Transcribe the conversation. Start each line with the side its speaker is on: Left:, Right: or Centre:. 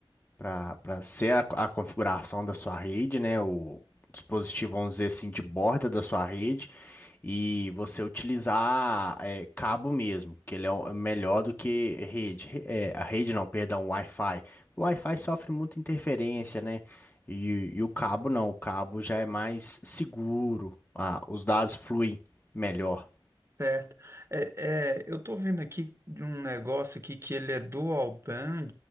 Left: Para ser a, a configuração da sua rede, né? O dispositivo, vamos dizer assim, de borda da sua rede. E você utilizar é, cabo mesmo, que ele é o- é melhor do que rede. Re- é, a rede não, perdão, Wi-Fi. O Wi-Fi sofre muita interferência, né? E, e o cabo não, o cabo já é mais seguro. Ah, os dados fluem melhor.
Right: certo? É, é, eu tô vendo aqui de um negócio aqui que ele é dual band.